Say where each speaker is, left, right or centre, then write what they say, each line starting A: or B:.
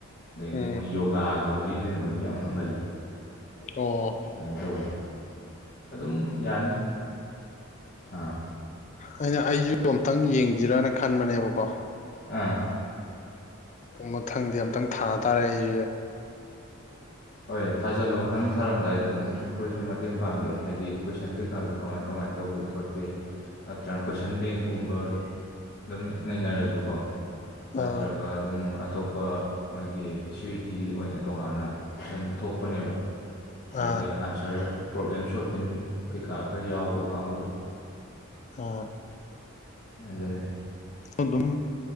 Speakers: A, on the left; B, on the left.
A: ꯎꯝ
B: ꯒꯤ ꯃꯣꯏ ꯌꯣꯒꯥꯒꯤ ꯃꯔꯤ ꯂꯩꯅꯕꯁꯨ ꯌꯥꯝ ꯍꯪꯒꯜꯂꯦ
A: ꯑꯣ
B: ꯑꯗꯨꯃꯥꯏꯅ ꯇꯧꯕꯅꯤ ꯑꯗꯨꯝ ꯌꯥꯅꯤ ꯑꯥ
A: ꯑꯩꯅ ꯑꯩꯖꯤꯕꯣ ꯑꯝꯇꯪ ꯌꯦꯡꯖꯤꯔꯅ ꯈꯟꯕꯅꯦꯕꯀꯣ꯫
B: ꯑꯥ
A: ꯃꯊꯪꯗꯤ ꯑꯝꯇꯪ ꯊꯥꯇꯥꯥꯔꯦ ꯑꯩꯖꯦ
B: ꯍꯣꯏ ꯊꯥꯖꯜꯂꯣ ꯅꯪ ꯊꯥꯔꯝꯗꯥꯏꯗ ꯑꯗꯨꯝ ꯑꯈꯣꯏꯁꯨ ꯃꯇꯦꯡ ꯄꯥꯡꯒꯦ ꯍꯥꯏꯗꯤ ꯍꯥꯏꯗꯤ ꯀꯣꯏꯁꯟ ꯀꯩꯀꯥꯗꯨꯣ ꯀꯃꯥꯏ ꯀꯃꯥꯏꯅ ꯇꯧꯒꯦ ꯈꯣꯠꯀꯦ ꯅꯠꯇ꯭ꯔꯒꯅ ꯀꯣꯏꯁꯟ ꯕꯦꯡꯀꯨꯝꯕ ꯑꯗꯨꯝ ꯅꯩꯅꯔꯁꯨꯀꯣ ꯅꯠꯇ꯭ꯔꯒ
A: ꯑꯥ
B: ꯑꯗꯨꯝ ꯑꯇꯣꯞꯄ ꯃꯣꯏꯒꯤ ꯁ꯭ꯋꯤꯇꯤꯒꯤ ꯑꯣꯏꯅ ꯇꯣꯉꯥꯟꯅ ꯀꯣꯏꯁꯟ ꯊꯣꯛꯄꯅꯦꯕ ꯍꯥꯏꯗꯤ
A: ꯑꯥ
B: ꯑꯟꯁꯔ ꯄ꯭ꯔꯣꯕ꯭ꯂꯦꯝ ꯁꯣꯜꯚꯤꯡ ꯀꯩꯀꯥ ꯈꯔ ꯌꯥꯎꯕ ꯀꯥꯡꯕꯨꯗꯣ
A: ꯑꯣ
B: ꯑꯗꯨꯅꯦ
A: ꯑꯗꯨꯝ